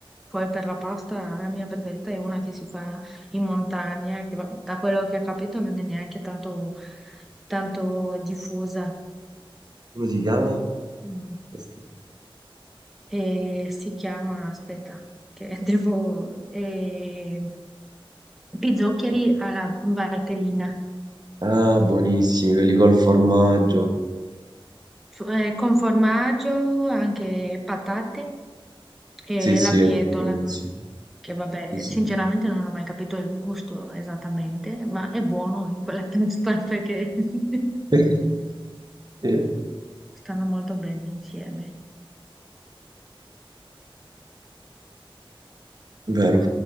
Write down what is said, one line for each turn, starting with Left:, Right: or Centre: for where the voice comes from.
Centre: Poi per la pasta la mia preferita è una che si fa in montagna, che va- da quello che ho capito non è neanche tanto, tanto diffusa.
Right: Come si chiama?
Centre: Mm.
Right: Questo?
Centre: E si chiama, aspetta, che <laughs> devo... eh, Pizzoccheri
Right: Ecco.
Centre: alla Valtellina.
Right: Ah, buonissimi, quelli col formaggio.
Centre: F- eh, con formaggio, anche patate e
Right: Sì, sì,
Centre: la bietola,
Right: buonissimi.
Centre: che vabbè,
Right: Sì, sì,
Centre: sinceramente non ho mai capito il gusto esattamente, ma è buono in quella <laughs> testa perché <laughs>
Right: <laughs> Sì,
Centre: stanno molto bene insieme.
Right: vero.